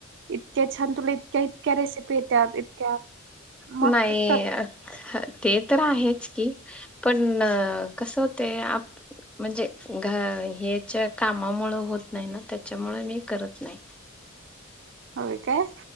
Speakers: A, on the right; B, in the centre.
A: इतक्या छान, तुला इतक्या-इतक्या रेसिपी येत्यात, इतक्या, मागचच
B: नाही
A: कर
B: अ, ह, ते तर आहेच की, पण कस होतय, आप म्हणजे, घ ह्यच्या कामामुंळ, होत नही ना, त्याच्यामुळ, मी करत नाही.
A: हो काय,